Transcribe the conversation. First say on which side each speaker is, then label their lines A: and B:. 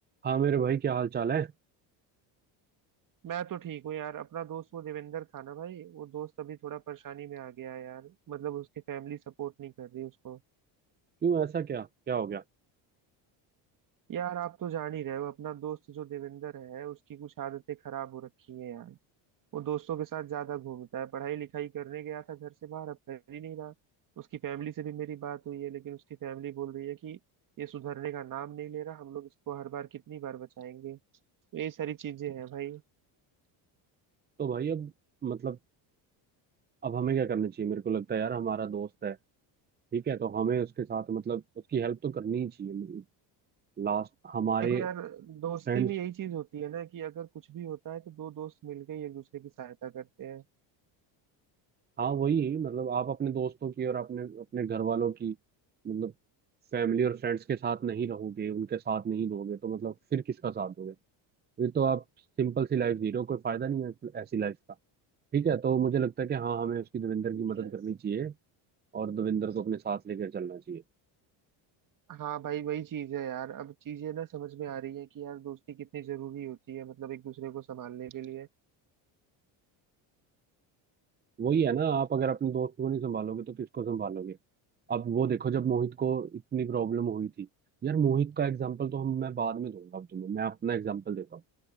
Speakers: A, on the right; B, on the right.
A: हाँ मेरे भाई क्या हाल चाल है
B: मैं तो ठीक हूँ यार अपना दोस्त वो देवेंद्र था ना भाई वो दोस्त अभी थोड़ा परेशानी में आ गया है यार मतलब उसकी फैमिली सपोर्ट नहीं कर रही उसको
A: क्यों ऐसा क्या क्या हो गया
B: यार आप तो जान ही रहे हो अपना दोस्त जो देवेंद्र है उसकी कुछ आदतें खराब हो रखी हैं यार वो दोस्तों के साथ ज्यादा घूमता है पढ़ाई लिखाई करने गया था घर से बाहर अब कर ही नहीं रहा उसकी फैमिली से भी मेरी बात हुई है लेकिन उसकी फैमिली बोल रही है कि ये सुधरने का नाम नहीं ले रहा हम लोग इसको हर बार कितनी बार बचाएंगे तो ये सारी चीजें हैं भाई
A: तो भाई अब मतलब अब हमें क्या करना चाहिए मेरे को लगता है यार हमारा दोस्त है ठीक है तो हमें उसके साथ मतलब उसकी हेल्प तो करनी ही चाहिए मतलब लास्ट हमारे
B: देखो यार दोस्ती
A: फ्रेंड्स
B: में यही चीज होती है ना कि अगर कुछ भी होता है तो दो दोस्त मिलकर ही एक दूसरे की सहायता करते हैं
A: हाँ वही मतलब आप अपने दोस्तों की और अपने अपने घर वालों की मतलब फैमिली और फ्रेंड्स के साथ नहीं रहोगे उनके साथ नहीं दोगे तो मतलब फिर किसका साथ दोगे फिर तो आप सिंपल सी लाइफ जी रहे हो कोई फायदा नहीं है ऐसी लाइफ का ठीक है तो मुझे लगता है कि हाँ हमें उसकी देवेंद्र
B: सीरियस
A: की मदद करनी चाहिए और दविंदर को अपने साथ लेकर चलना चाहिए
B: हाँ भाई वही चीज है यार अब चीजें ना समझ में आ रही है कि यार दोस्ती कितनी जरूरी होती है मतलब एक दूसरे को संभालने के लिए
A: वही है ना आप अगर अपने दोस्त को नहीं संभालोगे तो किसको संभालोगे अब वो देखो जब मोहित को इतनी प्रॉब्लम हुई थी यार मोहित का एग्जाम्पल तो हम मैं बाद में दूंगा अब तुम्हें मैं अपना एग्जाम्पल देता हूँ